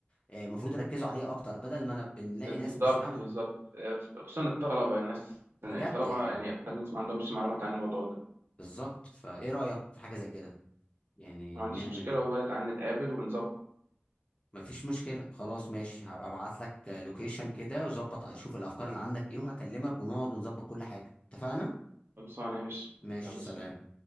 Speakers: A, on the left; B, on the right.
A: آه، المفروض يركزوا عليه اكتر بدل ما انا بنلاقي
B: بالظبط
A: ناس مش فاهمه
B: بالظبط آه خصوصا الطلبه الناس
A: بجد
B: الطلبه
A: يعني
B: يعني اكتر ناس ما عندهمش معلومات عن الموضوع ده
A: بالظبط فايه رايك في حاجه زي كده يعني
B: ما عنديش
A: نعمل
B: مشكله والله تعال نتقابل ونظبط
A: مفيش مشكلة خلاص ماشي هبقى ابعت لك لوكيشن كده وظبط اشوف الافكار اللي عندك ايه وهكلمك ونقعد ونظبط كل حاجة اتفقنا
B: خلصانه يا باشا
A: ماشي
B: يلا
A: سلام
B: سلام